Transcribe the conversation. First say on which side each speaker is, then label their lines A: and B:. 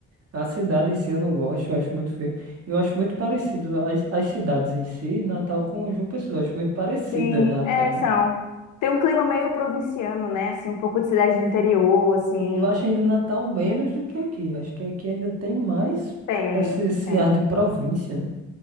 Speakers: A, on the right (about 55°); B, on the left (about 80°).
A: a cidade em si eu não gosto, eu acho muito feio. Eu acho muito parecido as, as cidades em si, Natal com João Pessoa, eu acho muito parecida
B: sim,
A: até,
B: é,
A: né?
B: são. Tem um clima meio provinciano, né? Assim, um pouco de cidade
A: É,
B: do interior, assim,
A: Eu acho ainda Natal menos do que aqui. Acho que aqui ainda tem mais
B: tem.
A: esse, esse
B: tem.
A: ar de província, né?